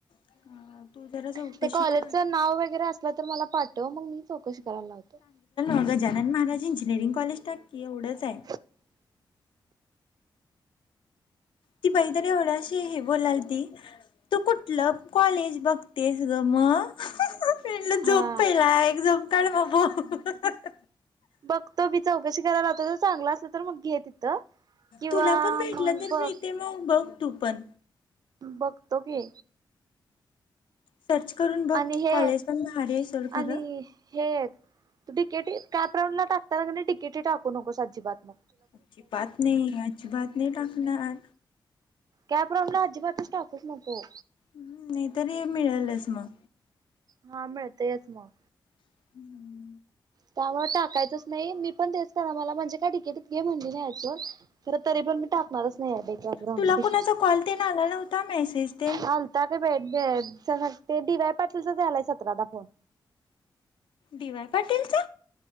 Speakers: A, on the left (about 75°); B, on the right (about 50°).
A: हा
B: <inaudible>
A: तू जरा चौकशी
B: ते कॉलेजचं
A: कर.
B: नाव वगैरे असलं तर मला पाठव मग मी चौकशी करायला लावतो.
A: मग गजानन महाराज इंजिनिअरिंग कॉलेज टाक की एवढंच आहे
B: <inaudible>
A: ती बैकणी एवढ्याशी हे बोलाल ती तू कुठलं कॉलेज बघतेस ग म <inaudible> पेंडलं
B: हा
A: झोप पहिला एक झोप काढ म बोल <inaudible>
B: बघतो मी चौकशी करायला लावतो जर चांगला असलं तर मग घे ति तिथं किंवा
A: तुला पण भेटलं
B: मग
A: तर
B: बघ
A: मिळते मग बघ तू पण
B: बघतो की
A: सर्च करून बघ
B: आणि हे
A: कॉलेज
B: एक
A: पण भारी आहे सोड खरं
B: आणि हे एक तु डिकेटी कॅप राऊंडला टाकताना कणी डिकेटी टाकू नकोस अजीबात म
A: अजीबात नाही अजिबात नाही टाकणार
B: कॅप राऊंडला अजिबातच टाकूच नको
A: हम् नाही तरी मिळेलच मग
B: हा मिळतयच मग,
A: <unintelligible>
B: त्यामुळे टाकायचंच नाही मी पण तेच करा मला म्हणजे काय तिकिटत घे म्हणली तरी पण मी टाकणारच नाही. <unintelligible> दि
A: तुला कुणाचा कॉल तेन आला नव्हता मेसेज तेन
B: हलताक बे ते डी वाय पाटीलचा झालाय सतराला फोन
A: दिवाय पाटीलच